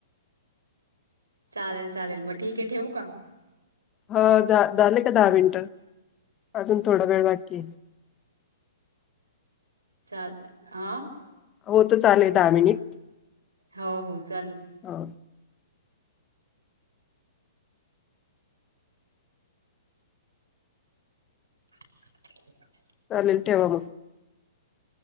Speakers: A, on the right (about 85°); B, on the left (about 25°).
A: चालेल चालेल मग ठीक आहे ठेवू का?
B: हो झाले का दहा मिनिट? अजून थोडा वेळ बाकी आहे. <inaudible>
A: चालतंय आ
B: होतच आले दहा मिनिट.
A: हो हो चालेल.
B: हो
A: <inaudible>
B: चालेल ठेवा मग.